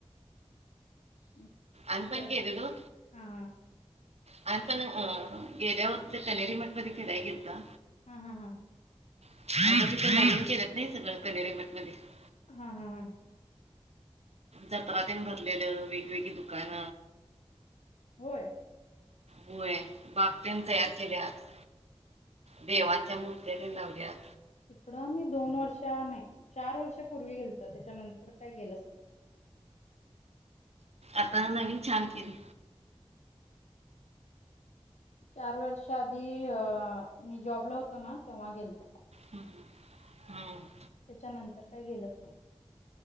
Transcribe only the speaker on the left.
<inaudible>
ते
हा हा
हा हा हा.
हा हा हा.
होय.
तिकडं मी दोन वर्ष नाही चार वर्ष पूर्वी गेलत त्याच्यानंतर काय गेलंच नाही.
चार वर्ष आधी मी जॉबला होतो ना तेव्हा गेलतो.
त्याच्यानंतर काय गेलंच नाही.